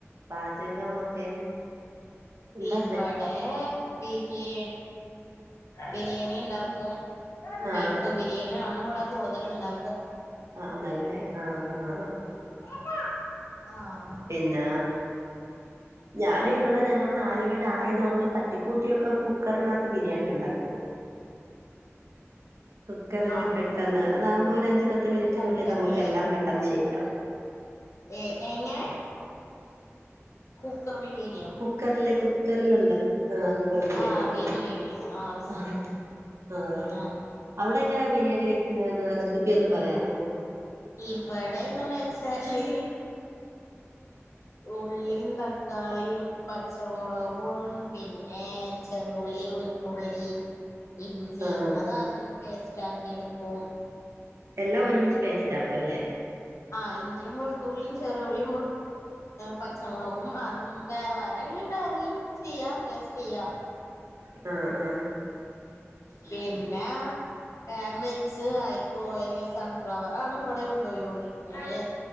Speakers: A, on the right (about 70°); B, on the left (about 80°).
A: പാചകം ഒക്കെ എന്താ
B: ഇവടെ പിന്നെ ബിരിയാണി ഇണ്ടാക്കും
A: ആഹ്
B: ബീഫ് ബിരിയാണി ആണ് ഇവിടെ കൂടുതലിണ്ടാ
A: ആഹ് നല്ലയാ ആഹ് ആഹ്
B: <unintelligible> ആഹ്
A: പിന്നാ ഞാനും ഇവിടെ ഞങ്ങൾ നാലുപേരായതുകൊണ്ട് തട്ടിക്കൂട്ടിയൊക്കെ കുക്കറിനാത്ത് ബിരിയാണി ഉണ്ടാക്കും കുക്കറില്
B: ആഹ്
A: പെട്ടെന്ന് അതാവുമ്പോ ഒരു അഞ്ചു പത്ത് മിനിറ്റിനുള്ളി
B: കുക്കറില്ലേ
A: നമുക്കെല്ലാം പെ അന്ന് ശെരിയാവും.
B: ഏ എങ്ങനെ കുക്കർ ബിരിയാണിയോ?
A: കുക്കറില്, കുക്കറിലൊണ്ട ആ കുക്കർ ബിരിയാണിയൊണ്ട
B: ആഹ് ബിരിയാണി ശരി
A: ആഹ്. ആ
B: ആഹ്
A: അവിടെങ്ങനാ ബിരിയാണി വെക്കുന്നത്. റെസിപ്പി ഒന്ന് പറയാവോ?
B: ഇവടെ എങ്ങനെച്ചാല്
A: <inaudible>
B: ഉള്ളീം, തക്കാളിയും, പച്ചമൊളകും, പിന്നേ ചെറുള്ളിയും, വെളു തുള്ളീം
A: <inaudible>
B: ഇഞ്ചി
A: ആഹ്
B: അത് ആദ്യം പേസ്റ്റാക്കിഎടുക്കും.
A: എല്ലാം ഒരുമിച്ച് പേസ്റ്റാക്കുവല്ലേ.
B: ആ ഇൻഞ്ചി വെളുത്തുള്ളിയും ചെറുള്ളിയും പച്ചമുളകും ആദ്യം വേറെ വേറെയാണെങ്കി വേറെയും ചെയ്യാം ടേസ്റ്റെയ്യാ
A: ആ ആ
B: പിന്ന പാൻ വെച്ച് അയിക്ക് ഓയില് സൺഫ്ലവറാണ് ഇവിടെ ഉപയോഗിക്കണ്.